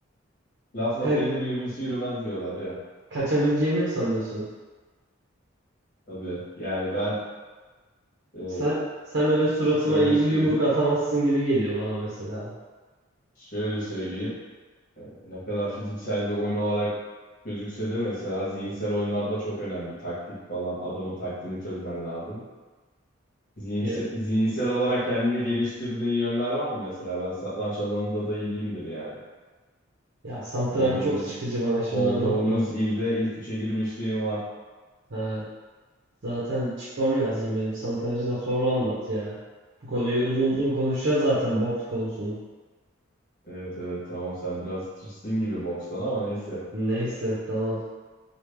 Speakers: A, on the left (about 45°); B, on the right (about 65°).
A: Lafla
B: Ka-
A: peynir yemesi yürümez diyorlar ya.
B: kaçabileceğini mi sanıyorsun?
A: Tabii. Yani ben e,
B: Sen, sen böyle suratıma
A: şöyle
B: iyi
A: söyleyeyim.
B: bir yumruk atamazsın gibi geliyor bana mesela.
A: Şöyle söyleyeyim. Ne kadar fiziksel bir oyun olarak gözükse de mesela zihinsel oyunlarda çok önemli. Taktik falan. Adamın taktiğini çözmen lazım. Zihinse-
B: Ya,
A: Zihinsel, olarak kendini geliştirdiğin yönler var mı mesela? Ben satranç alanında da iyiyimdir yani.
B: ya satranç
A: Olduğumuz
B: çok sıkıcı bana şimdi
A: olduğumuz
B: anlatma.
A: ilde ilk üçe girmişliğim var.
B: Ha, zaten çıkmam lazım benim. Satrancı da sonra anlat ya. Bu konuyu uzun uzun konuşacağız zaten boks konusunu.
A: Evet evet tamam sen biraz tırsın gibi bokstan ama neyse.
B: Neyse tamam.